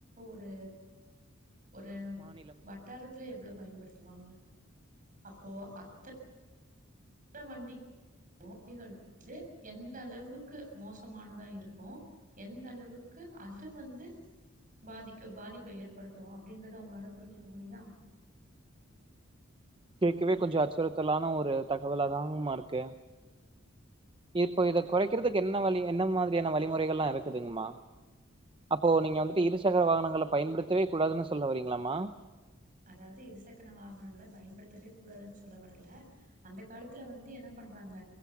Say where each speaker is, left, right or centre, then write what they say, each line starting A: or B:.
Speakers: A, on the right (about 40°); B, on the right (about 25°).
A: ஒரு ஒரு
B: மாநிலம்
A: வட்டாரத்துல எவ்ளோ பயன்படுத்துவாங்க அப்போ அத்த வண்டி வண்டிகள் வந்து எந்த அளவுக்கு மோசமானதா இருக்கு எந்த அளவுக்கு அது வந்து பாதிக்க பாதிப்பை ஏற்படுத்து அப்படின்றத உங்களால புரிஞ்சுக்க முடியுதா
B: கேட்க்கவே கொஞ்சோ அச்சுறுத்தலான ஒரு தகவலாதாமா இருக்கு இப்போ இத கொறைக்கிறதுக்கு என்ன வழி என்ன மாதிரியான வழிமுறைகள்லா இருக்குதுங்மா அப்போ
A: ஆமா
B: நீங்க வந்துட்டு
A: கண்டிப்பா
B: இருசக்கர வாகனங்கள பயன்படுத் பத்தவே கூடாதுன்னு சொல்ல வரீங்களாமா
A: அதாவது இருசக்கன வாகனங்கள பயன்படுத்தவே கூடாதுன்னு சொல்ல வரல அந்த காலத்துல வந்து என்ன பண்றாங்க